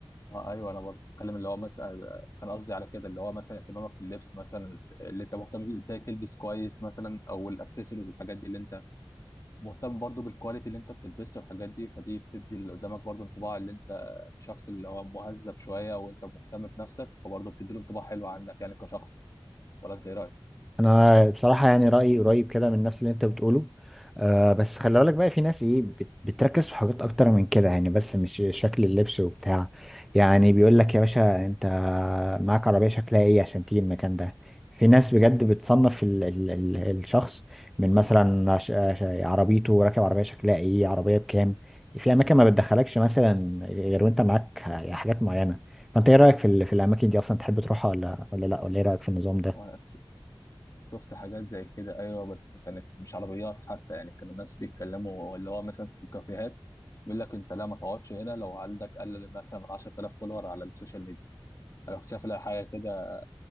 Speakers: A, on the left; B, in the centre.
A: اه ايوه انا برضه بتكلم اللي هو مثلا كان قصدي على كده اللي هو مثلا اهتمامك في اللبس مثلا اللي انت مهتم بيه ازاي تلبس كويس مثلا او الاكسسوارز والحاجات دي اللي انت مهتم برضه بالكواليتي اللي انت بتلبسها والحاجات دي فدي بتدي اللي قدامك برضه انطباع اللي انت شخص اللي هو مهذب شويه او انت مهتم بنفسك فبرضه بتدي له انطباع حلو عنك يعني كشخص ولا انت ايه رايك؟
B: انا بصراحه يعني رايي قريب كده من نفس اللي انت بتقوله آه بس خلي بالك بقى في ناس ايه بت- بتركز في حاجات اكتر من كده يعني بس مش شكل اللبس وبتاع يعني بيقول لك يا باشا انت معاك عربيه شكلها ايه عشان تيجي المكان ده في ناس بجد بتصنف ال ال ال الشخص من مثلا ش- ش- عربيته راكب عربيه شكلها ايه عربيه بكام في اماكن ما بتدخلكش مثلا غير وانت معاك حاجات معينه فانت ايه رايك في ال- في الاماكن دي اصلا تحب تروحها ولا ولا لا ولا ايه رايك في النظام ده
A: وانا شفت حاجات زي كده ايوه بس كانت مش عربيات حتى يعني كانوا الناس بيتكلموا اللي هو مثلا في كافيهات بيقول لك انت لا ما تقعدش هنا لو عندك اقل مثلا من 10000 فولور على السوشيال ميديا انا كنت شايف لها حاجه كده